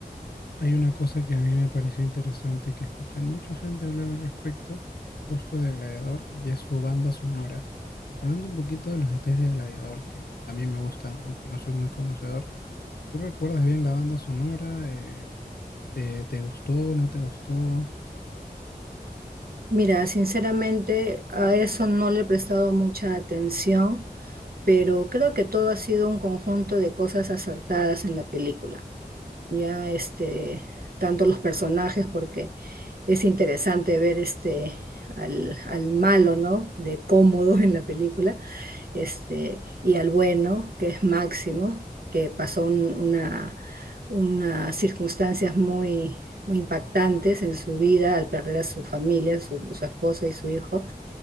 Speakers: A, on the left (about 75°); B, on the right (about 65°).
A: Hay una cosa que a mí me pareció interesante que escuché a mucha gente hablar al respecto, justo de Gladiador, y es su banda sonora. Hablando un poquito de los detalles de Gladiador, que también me gustan, aunque no soy muy conocedor. ¿Tú recuerdas bien la banda sonora? Eh, ¿Te, te gustó no te gustó?
B: Mira, sinceramente a eso no le he prestado mucha atención, pero creo que todo ha sido un conjunto de cosas acertadas en la película. Ya este, tanto los personajes, porque es interesante ver este al, al malo, ¿no? De cómodo en la película, este, y al bueno, que es Máximo, que pasó un- una, unas circunstancias muy, muy impactantes en su vida al perder a su familia, su, su esposa y su hijo,